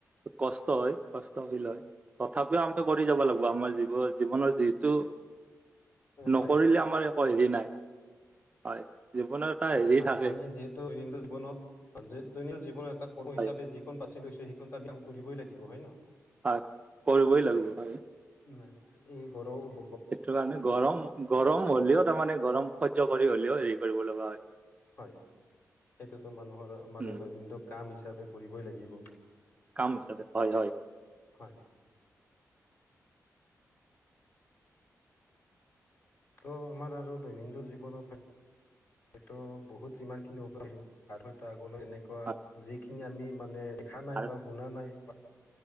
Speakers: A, on the right; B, on the left.
A: কষ্ট হয় কষ্টশিল হয় তথাপিও আমি
B: হয়
A: কৰি যাব লাগিব আমাৰ জ জীৱনৰ যিটো
B: হয়
A: নকৰিলে আমাৰ একো হেৰি নাই। হয়। জীৱনৰ এটা হেৰি
B: হয়
A: থাকে,
B: আমি যিহেতু দৈনন্দিন জীৱনত দৈনন্দিন জীৱনৰ এটা কৰো হিচাপে
A: হয়
B: যিখন বাচি লৈছো সেই কিন্তু আমি কাম কৰিবই লাগিব হয় ন <unintelligible>
A: হয় কৰিবই লাগিব হয়।
B: উ এই গৰম
A: সেইটো কাৰণে গৰম গৰম হলেও তাৰমানে, গৰম সহ্য কৰি হ'লেও হেৰি কৰিব লগা হয়।
B: হয়। সেইটোতো মানুহৰ মানে
A: উম
B: দৈনন্দিন কাম হিচাপে কৰিবই লাগিব।
A: কাম হিচাপে হয় হয়।
B: হয় ত' আমাৰ আৰু দৈনন্দিন জীৱনত হয়। হয়তো বহুত যিমান খিনি অব আৰু হয়তো আগলৈ এনেকুৱা
A: হয়
B: যিখিনি আমি মানে <unintelligible> শ খ নাই
A: আৰু
B: বা হুন নাই <unintelligible>